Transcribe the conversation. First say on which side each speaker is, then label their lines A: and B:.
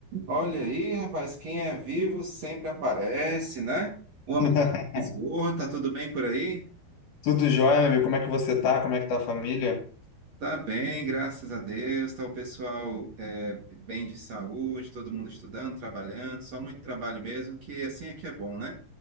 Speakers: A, on the right; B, on the left.
A: Olha aí, rapaz, quem é vivo sempre aparece, né? O homem
B: <laughs>
A: tá esgoto, tá tudo bem por aí?
B: Tudo jóia, meu amigo. Como é que você tá? Como é que tá a família?
A: Tá bem, graças a Deus, tá o pessoal é, bem de saúde, todo mundo estudando, trabalhando, só muito trabalho mesmo, que assim é que é bom, né?